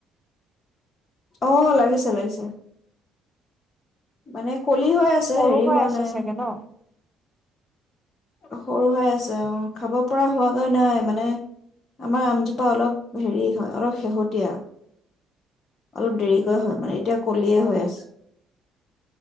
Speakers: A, on the left; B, in the centre.
A: অ' লাগিছে লাগিছে। মানে কলি হৈ আছে
B: সৰু
A: হেৰি
B: হৈ
A: হোৱা
B: আছে
A: নাই
B: চাগে ন?
A: সৰুহৈ আছে অ' খাব পৰা হোৱাগৈ নাই মানে আমাৰ আমজোপা অলপ হেৰি হয় অলপ শেহতীয়া। অলপ দেৰিকৈ হয় মানে। এতিয়া কলিয়ে
B: অ।
A: হৈ আছে।